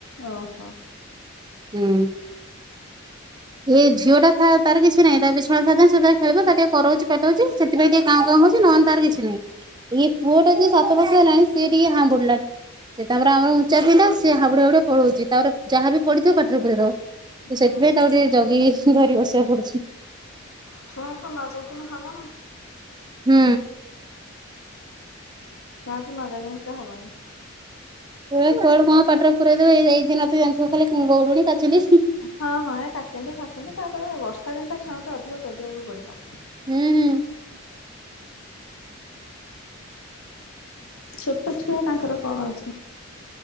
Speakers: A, on the left; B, on the right.
A: ଓହୋ।
B: ହୁଁ ଏ ଝିଅ ଟା ଥାଉ ତାର କିଛି ନାଇଁ। ତା ବି ସଦସୁଧାନ ସେ ଖେଳିବ ତା ଟିକେ କରାଉଛି ପେଟଉଛି
A: ହୁଁ
B: ସେଥିପାଇ ଟିକେ କାଁଉ କାଉଁ ହଉଛି ନହଲେ ତାର କିଛି ନାହିଁ। ଏଇ ପୁଅ ଟା ଯେ ସାତ ବର୍ଷ ହେଲାଣି ସି ଟିକେ ହମ୍ବୁଡ଼ିଲା। ସେ ତାପରେ ଆଉ ଉଁଚା ଥିଲା ସେ ହାମ୍ବୁଡ଼ି ହାମ୍ବୁଡ଼ି ପଳଉଚି। ତାପରେ ଯାହାବି ପଢିଥିବ ପାଟିରେ ପୁରେଇଦେବ। ତ
A: ହୁଁ।
B: ସେଥିପାଇଁ ତାକୁ ଟିକେ ଜଗିକି ଧରି ବସିବାକୁ ପଡୁଛି।
A: ଛୁଆଙ୍କୁ ନ ଜଗିଲେ ହବ।
B: ହୁଁ
A: ଛୁଆଙ୍କୁ ନଜଗିଲେ ସେ ହବନି।
B: କିଏ କୁଆଡ଼ୁ କଣ ପାଟରେ ପୁରଇ ଦେବ ଏଇଠି ନଥିବେ ଜାଣିଥିବ ଖାଲି ଗୈଡ଼ୁଣି କାଚିଣ୍ଡି
A: ହଁ, ହଁ ଏକାଚେଣ୍ଡି ଫାଚେଣ୍ଡି ତାପରେ ବର୍ଷା ଦିନଟା ଛୁଆଙ୍କୁ ଟିକେ ଅଧିକା ଜଗିବାକୁ ପଡ଼ିବ।
B: ହୁଁ, ହୁଁ।
A: ଛୋଟ ଛୁଆ ତାଙ୍କର କଣ ଅଛି?